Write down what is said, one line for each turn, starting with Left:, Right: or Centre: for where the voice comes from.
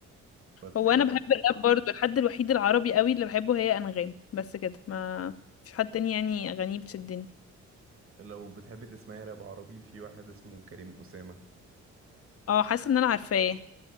Right: فتلاقيني
Left: هو أنا بحب الراب برضو الحد الوحيد العربي قوي اللي بحبه هي أنغام بس كده ما مفيش حد تاني يعني أغانيه بتشدني
Right: لو بتحبي تسمعي راب عربي في واحد اسمه كريم أسامة
Left: اه حاسة إن أنا عارفاه